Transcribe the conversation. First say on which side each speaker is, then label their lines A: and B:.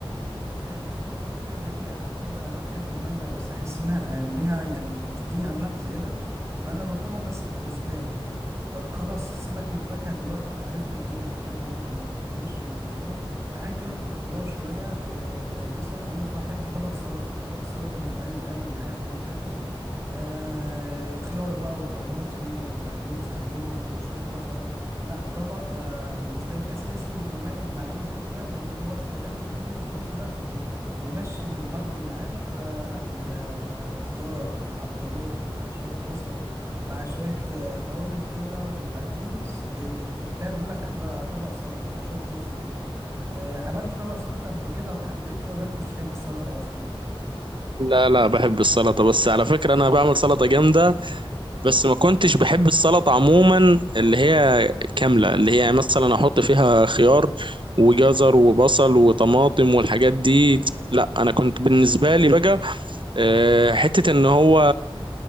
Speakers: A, on the right; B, on the right.
A: طب حلو وانت قلت لي المانجا قبل كده انا بحب المانجا بس احس انها انها يعني بتديني املاح زياده فانا باكلها بس بحسبان يعني طب خلاص سيبك من الفاكهه دلوقتي احنا عرفنا ايه اللي بنحبه وايه اللي ما بنحبوش وكده تعال نتكلم في الخضار شويه اه مثلا انا بحب طبق السلطه طبق السلطه مميز دايما معايا في اي اكله اه الخيار بقى والطماطم والبقدونس عليهم وشويه بصل لا طبق آه، بالنسبة لي أساسي ومميز مع أي أكلة لأن هو إفادته كتير وفي نفس الوقت بي بيمشي الهضم معاك فلا ال- آه، الخيار مع الطماطم مع شوية بصل مع شوية آه، توابل كده وبقدونس ب- بت- بتعمل لك أحلى طبق سلطة مع شوية زيت زيتون آه، عملت طبق سلطة قبل كده وحبيته ولا أنت مش بتحب السلطة أصلا؟
B: لا لا بحب السلطة بس على فكرة انا بعمل سلطة جامدة بس ما كنتش بحب السلطة عموما اللي هي كاملة اللي هي مثلا احط فيها خيار وجزر وبصل وطماطم والحاجات دي لا انا كنت بالنسبة لي بقى آه، حتة ان هو